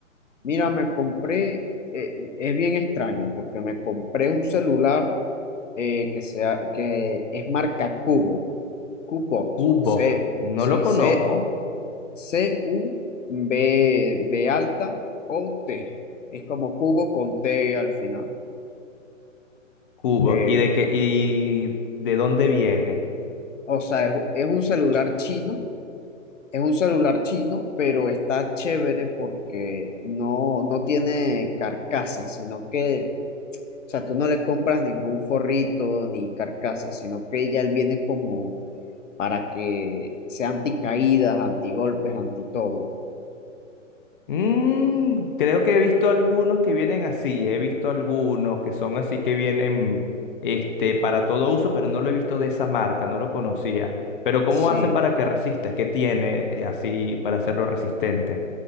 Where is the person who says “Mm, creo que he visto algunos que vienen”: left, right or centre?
Left